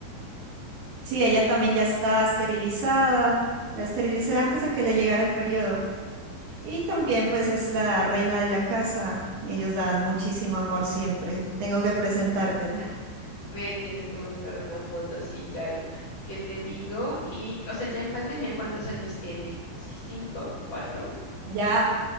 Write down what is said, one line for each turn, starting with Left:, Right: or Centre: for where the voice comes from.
Right: Sí, ella también ya está esterilizada. La esterilicé antes de que le llegara el periodo. Y también pues es la reina de la casa. Ellos dan muchísimo amor siempre. Tengo que presentártela.
Left: Me tienes que mostrar una foto, sí, claro. ¿Qué te digo? Y, o sea, ya en pandemia, ¿cuántos años tiene? ¿Sí, cinco, cuatro?
Right: Ya,